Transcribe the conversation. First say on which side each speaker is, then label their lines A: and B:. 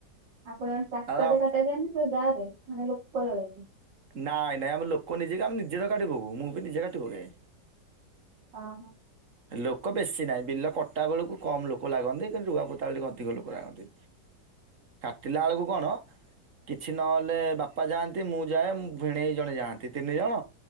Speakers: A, on the right; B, on the right.
A: ଆପଣ ଟ୍ରାକ୍ଟର
B: ଆଉ ଆ
A: ରେ କଟାଯାଏ ନା ଗାଁରେ ମାନେ ଲୋକ ଲଗେଇକି
B: ନାଇଁ ନାଇଁ ଆମ ଲୋକ ନିଜେ ଆମେ ନିଜେ ତ କାଟି ପକଉ ମୁଁ ବି ନିଜେ କାଟି ପକାଏ
A: ହଁ ହଁ
B: ଲୋକ ବେଶୀ ନାହିଁ ବିଲ କଟା ବେଳକୁ କମ୍ ଲୋକ ଲାଗନ୍ତି କିନ୍ତୁ ରୁଆପୋତା ବେଳକୁ ଅଧିକ ଲୋକ ଲାଗନ୍ତି କାଟିଲା ବେଳକୁ କଣ କିଛି ନହେଲେ ବାପା ଯାଆନ୍ତି ମୁଁ ଯାଏ ଭିଣେଇ ଜଣେ ଯାଆନ୍ତି ତିନି ଜଣ